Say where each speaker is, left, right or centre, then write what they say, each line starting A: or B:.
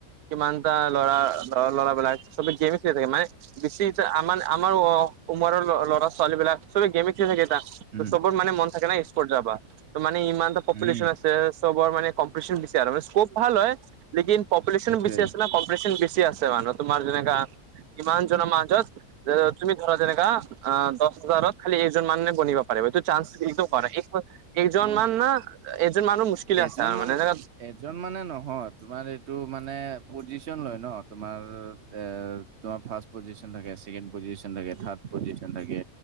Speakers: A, on the right (about 85°); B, on the right (about 60°).
A: কিমান এটা লৰা লৰা লৰাবিলাক চবে গেম খেলি থাকে মানে বেছি এতিয়া আমাৰ আমাৰ অ ওমৰৰ ল ল'ৰা - ছোৱালীবিলাক চবে গেমে খেল থাকে এটা, ত
B: উম
A: চবৰ মানে মন থাকে ন স্পৰ্ট যাবা, ত মানে ইমানটা পপুলেশ্যন
B: উম
A: আছে তে চবৰ মানে কম্পিটিশন বেছি আৰু মানে স্কপ ভাল হয়। লেকিন পপুলেশ্যনো
B: সেইটোৱে
A: বেছি আছে ন বেছি পপুলেশ্যনো আছে মানে তোমাৰ যেনেকা কিমানজনৰ মাজত য তুমি ধৰা যেনেকা আ দছ হাজাৰত খালি একজন মানুহ গনিব পাৰিব এইটো চান্স সিটো কৰে একদম এজনমান
B: অ
A: না এজন মানুহ মুস্কিলে আছে
B: এজন
A: আৰু
B: মান
A: মানে এনে
B: এজন মানে নহয় তোমাৰ এইটো মানে পজিচন লয় ন তোমাৰ এ তোমাৰ ফাৰ্ষ্ট পজিশন থাকে, ছেকেণ্ড পজিশন থাকে, থাৰ্ড পজিশন থাকে